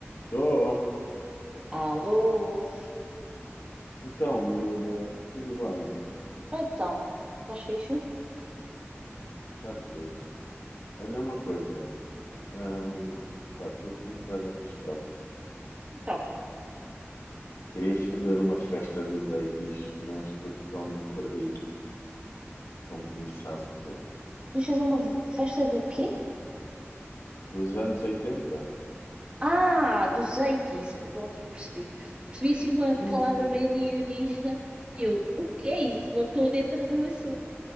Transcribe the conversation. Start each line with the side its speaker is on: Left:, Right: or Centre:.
Left: Tô.
Right: Alô?
Left: Então, miúda, tudo bem?
Right: Então, estás fixe?
Left: Está tudo. Olha uma coisa. Hum, pá, estou aqui um bocado enrascado.
Right: Então,
Left: Queria fazer uma festa dos 80 mas estou totalmente perdido. Como começar sequer?
Right: vamos fazer uma festa do quê?
Left: Dos anos 80?
Right: Ah, dos 80 Não tinha percebido. Percebi assim uma
Left: Dos
Right: palavra
Left: anos 80?
Right: meio alienígena e eu, o que é isso? Não estou dentro do assunto.